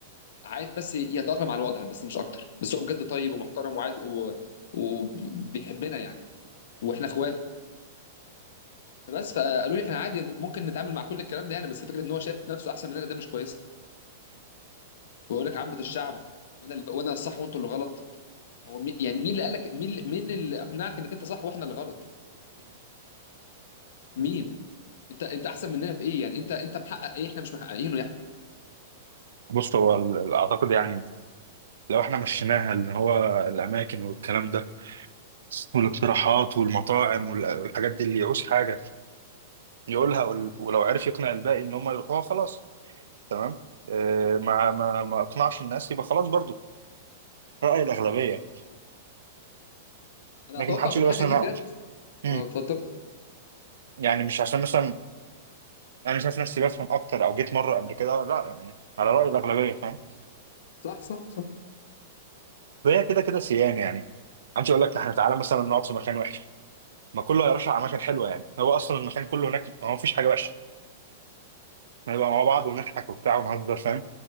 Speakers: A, on the left; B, on the right.
A: عايز بس يتأقلم على الوضع بس مش اكتر بس هو بجد طيب ومحترم وعايز و- وبيحبنا يعني واحنا اخوات فبس فقالوا لي احنا عادي ممكن نتعامل مع كل الكلام ده يعني بس فكره ان هو شايف نفسه احسن مننا ده مش كويس ويقول لك عامه الشعب وانا اللي وانا الصح وانتوا اللي غلط هو مي يعني مين اللي قال لك مين اللي- مين اللي اقنعك انك انت صح واحنا اللي غلط مين انت انت احسن مننا في ايه يعني انت انت محقق ايه احنا مش محققينه يعني
B: بص هو ال- اعتقد يعني لو احنا مشيناها اللي هو الاماكن والكلام ده والاقتراحات والمطاعم وال- والحاجات دي اللي يعوز حاجه يقولها وال- ولو عرف يقنع الباقي ان هم يروحوها خلاص تمام آه، ما ما ما اقنعش الناس يبقى خلاص برضو راي الاغلبيه
A: انا
B: لكن
A: اتوقع
B: ما حدش
A: في
B: يقول
A: الحاجه
B: اصلا
A: دي بجد
B: انا مم.
A: اه 13
B: يعني مش عشان مثلا انا شايف نفسي بفهم اكتر او جيت مره قبل كده لا يعني على راي الاغلبيه فاهم؟
A: صح صح صح
B: وهي كده كده سيان يعني عايز اقول لك احنا تعالى مثلا نقعد في مكان وحش ما كله هيرشح على مكان حلوه يعني هو اصلا المكان كله هناك ما فيش حاجه وحشه نبقى مع بعض ونضحك وبتاع ونهزر فاهم